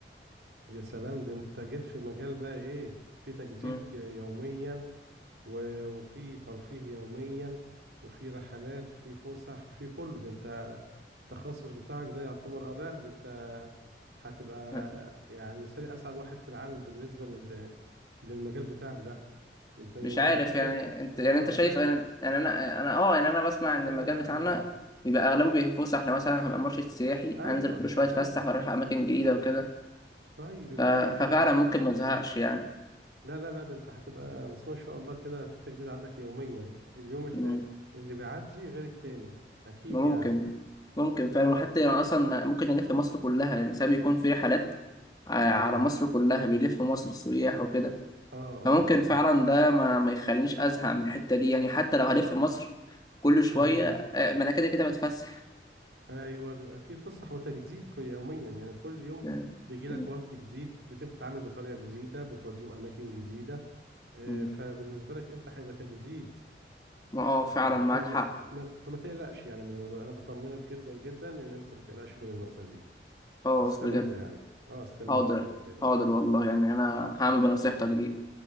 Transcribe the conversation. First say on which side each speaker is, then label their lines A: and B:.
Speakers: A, on the right; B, on the left.
A: يا سلام ده انت جيت في مجال بقى ايه في تجديد
B: مم.
A: ج- يوميا و- وفي ترفيه يوميا وفي رحلات وفي فسح وفي كله ده انت التخصص بتاعك ده يعتبر اه لا ده انت هتبقى
B: <laughs>
A: يعني مثالي اسعد واحد في العالم بالنسبة لل... للمجال بتاعك ده انت يوميا
B: مش عارف
A: هتلاقي
B: يعني انت
A: اه
B: يعني انت شايف
A: لا
B: انا يعني انا انا اه يعني انا بسمع ان
A: لا
B: المجال
A: لا
B: بتاعنا
A: لا لا
B: بيبقى اغلبه بيتفسح احنا مثلا هبقى مرشد سياحي
A: ايوه
B: انزل كل شويه
A: ايوه
B: اتفسح واروح اماكن جديده وكده
A: طيب يبقى
B: ف-
A: ده
B: ففعلا ممكن ما ازهقش يعني
A: لا لا لا ده انت هتبقى بس ما شاء الله كده في تجديد عندك يوميا اليوم اللي
B: مم.
A: اللي بيعدي غير التاني اكيد
B: ممكن
A: يعني
B: ممكن فعلا
A: اه
B: وحتى يعني اصلا ممكن الف مصر كلها يعني ساعات بيكون في رحلات ع-
A: اه
B: على مصر كلها بيلف مصر السياح وكده
A: اه
B: فممكن
A: اه
B: فعلا ده ما, ما يخلينيش ازهق من الحته دي يعني حتى لو هلف مصر كل شويه
A: اه ايوه
B: آه، ما انا كده كده بتفسح
A: ايوه بيبقى فيه فسح وتجديد كل- يوميا يعني كل يوم
B: يعني،
A: بيجي لك
B: مم.
A: وفد جديد بتبقى بتتعامل بطريقه جديده بتوديهم اماكن جديده آه،
B: مم.
A: فبالنسبه لك انت هيبقى تجديد
B: ما اه فعلا
A: آه،
B: معاك
A: فما
B: حق
A: ما- فما تقلقش يعني من الموضوع ده. انا بطمنك جدا جدا ان انت ما تقلقش من النقطه دي
B: خلاص
A: استمر
B: بجد
A: يعني اه استمر
B: حاضر
A: يعني ما تقلقش
B: حاضر والله يعني انا هعمل بنصيحتك دي